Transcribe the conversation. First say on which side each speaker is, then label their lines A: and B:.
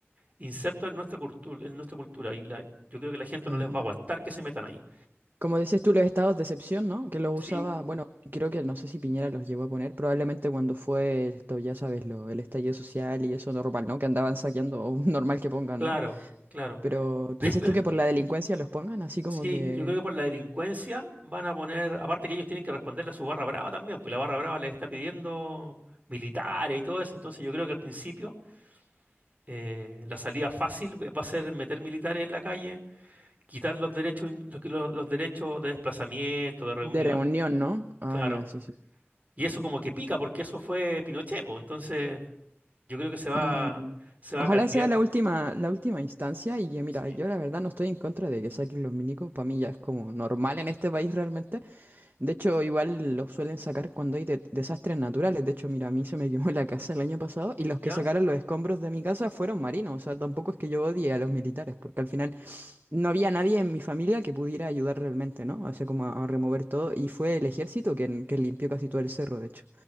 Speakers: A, on the right; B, on the right.
A: insertos en nuestra cultura, en nuestra cultura y la- yo creo que la gente
B: Ah.
A: no les va a aguantar que se metan ahí.
B: Como decías tú, los estados de excepción, ¿no? Que los
A: Sí,
B: usaba, bueno, creo que no sé si Piñera los llegó a poner, probablemente cuando fue esto, ya sabes, lo, el estallido social y eso normal, ¿no? Que andaban saqueando, <laughs> o normal que pongan,
A: Claro,
B: ¿no?
A: claro.
B: Pero
A: <laughs>
B: tú
A: Pero
B: dices tú que por la delincuencia los pongan así como
A: sí,
B: que
A: yo creo que por la delincuencia van a poner, aparte que ellos tienen que responderle a su barra brava también, pues la barra brava les está pidiendo militares y todo eso. Entonces yo creo que al principio eh, la salida fácil va a ser meter militares en la calle, quitar los derechos, in- los, los- los derechos de desplazamiento, de reunión,
B: de reunión, ¿no? Ah,
A: claro.
B: ya, sí, sí.
A: Y eso como que pica, porque eso fue Pinochet, po. Entonces, yo creo que se va,
B: Mm,
A: se va
B: Ojalá
A: a caldear.
B: sea la última, la última instancia y yo, mira,
A: sí,
B: yo la verdad no estoy en contra de que saquen los milicos, para mí ya es como normal en este país realmente. De hecho, igual los suelen sacar cuando hay de- desastres naturales. De hecho, mira, a mí se me <laughs> quemó la casa el año pasado y los
A: ¿Ya?
B: que sacaron los escombros de mi casa fueron marinos. O sea, tampoco es que yo odie a los militares, porque al final no había nadie en mi familia que pudiera ayudar realmente, ¿no? O sea, como a, a remover todo. Y fue el ejército quien, quien limpió casi todo el cerro, de hecho.